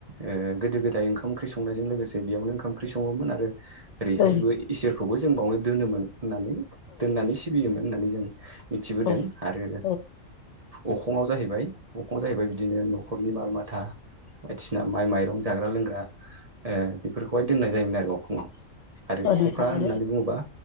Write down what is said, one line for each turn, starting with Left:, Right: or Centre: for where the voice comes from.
Right: ओ गोदो गोदाय ओंखाम ओंख्रि संनायजों लोगोसे बेयावनो ओंखाम ओंख्रि सङोमोन आरो ओरैहायबो
Left: औ
Right: इसोरखौबो जों बावनो दोनोमोन होननानै दोननानै सिबियोमोन होननानै जों मिथिबोदों
Left: औ
Right: आरो
Left: औ
Right: अखङाव जाहैबाय अखङाव जाहैबाय बिदिनो न'खरनि माल माथा बायदिसिना माइ माइरं जाग्रा लोंग्रा ओ बेफोरखौहाय दोननाय जायोमोन आरो अखङाव आरो
Left: औ नोंथां
Right: खफ्रा होननानै
Left: औ
Right: बुङोला